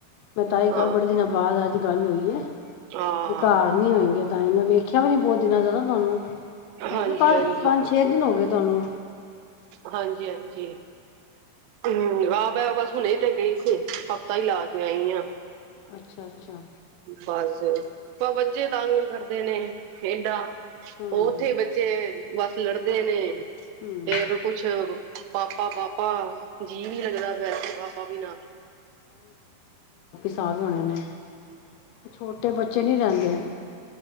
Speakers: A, on the left; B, on the right.
A: ਮੈਂ ਤਾਂਹੀ ਕਾਂਹ
B: ਹਾਂ
A: ਬੜੇ, ਦਿਨਾਂ ਬਾਅਦ ਅੱਜ ਗੱਲ ਹੋਈ ਹੈ
B: ਹਾਂ।
A: ਘਾਰ ਨੀ ਹੋਏਂਗੀ, ਤਾਂ ਮੈਂ ਵੇਖਿਆ ਵੀ ਨੀ ਬਹੁਤ ਦਿਨਾਂ ਦਾਨਾ ਤੁਹਾਨੂੰ ਹੋ
B: ਹਾਂਜੀ-ਹਾਂਜੀ,
A: ਗਏ ਪੰਜ-ਪੰਜ ਛੇ ਦਿਨ ਹੋ ਗਏ ਤੁਹਾਨੂੰ
B: ਹਾਂਜੀ-ਹਾਂਜੀ, ਹੂੰ ਆ ਮੈ ਬਸ ਹੁਣੇ ਤੇ ਗਈ ਸੀ ਹਫਤਾ ਹੀ ਲਾ ਕੇ ਆਂਈ ਆਂ
A: ਅੱਛਾ ਅੱਛਾ
B: ਬਸ ਪਰ ਬੱਚੇ ਤੰਗ ਕਰਦੇ ਨੇ ਖੇਡਾਂ
A: ਹੂੰ
B: ਉਹ ਉੱਥੇ ਬੱਚੇ ਬਸ ਲੜਦੇ ਨੇ ਫੇਰ
A: ਹੂੰ
B: ਕੁਛ ਪਾਪ ਪਾਪਾ-ਪਾਪਾ ਜੀਅ ਵੀ ਲੱਗਦਾ ਪਤਾ ਏਥੇ ਪਾਪਾ ਬਿਨਾ।
A: ਸਾ ਵੀ ਹੋਣੇ ਨੇ ਛੋਟੇ ਬੱਚੇ ਨੀ ਰਹਿੰਦੇ।